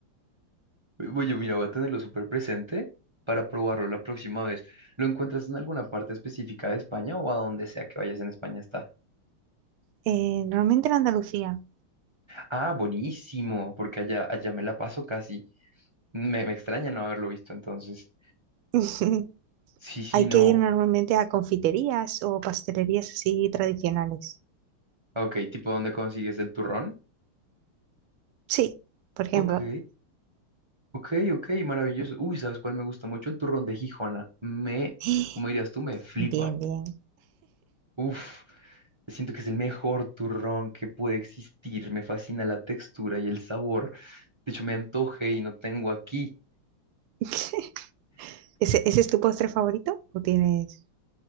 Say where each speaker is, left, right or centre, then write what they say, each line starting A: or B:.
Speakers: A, on the right; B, on the right.
A: Oye, mira, voy a tenerlo súper presente para probarlo la próxima vez. ¿Lo encuentras en alguna parte específica de España o a donde sea que vayas en España está?
B: Eh, normalmente en Andalucía
A: Ah, buenísimo, porque allá, allá me la paso casi. Me, me extraña no haberlo visto entonces.
B: <laughs>
A: Sí, sí,
B: hay
A: no.
B: que ir normalmente a confiterías o pastelerías así tradicionales.
A: Ok, tipo, ¿dónde consigues el turrón?
B: Sí, por ejemplo.
A: Ok. Ok, ok, maravilloso. Uy, ¿sabes cuál me gusta mucho? El turrón de Gijona. Me,
B: <gasps>
A: como dirías tú, me flipa.
B: Bien, bien.
A: Uf, siento que es el mejor turrón que puede existir. Me fascina la textura y el sabor. De hecho, me antoje y no tengo aquí.
B: <laughs> ¿Ese, ese es tu postre favorito o tienes...